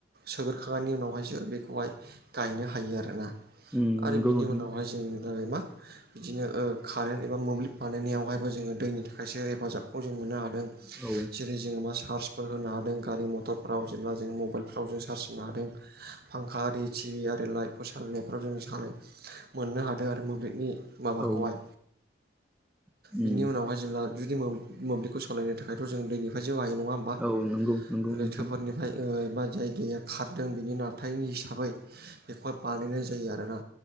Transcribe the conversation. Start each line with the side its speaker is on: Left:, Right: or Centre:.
Right: सोग्रखांनायनि उनावहायसो बेखौहाय गायनो हायो आरोना
Centre: नंगौ
Right: आरो बिनि
Centre: नोंथां
Right: उनावहाय जों जै मा बिदिनो कारेन्ट एबा मोब्लिब बानायहनायावहायबो जोङो दैनि थाखायसो हेफाजाबखौ जों मोननो हादों।
Centre: औ।
Right: जेरै जोङो मा चार्जफोर होनो हादों गारि मथरफ्राव जेब्ला जों मबाइलफ्राव जों चार्ज होनो हादों। फांखा आरि टिभि आरि लाइट फोसनायफ्राव जों सानो मोननो हादों आरो मोब्लिबनि माबाखौहाय
Centre: औ उम
Right: बिनि उनावहाय जेब्ला जुदि मोब्लिबखौ सालायनो थाखायथ' जों दैनिफ्राय जौ हायो नङा होमबा
Centre: औ नंगौ। नंगौ
Right: लैथोफोरनिफ्राय
Centre: नोंथां
Right: बा जायगाया खारदों बेनि नथायनि हिसाबै बेखौहाय बानायनाय जायो आरोना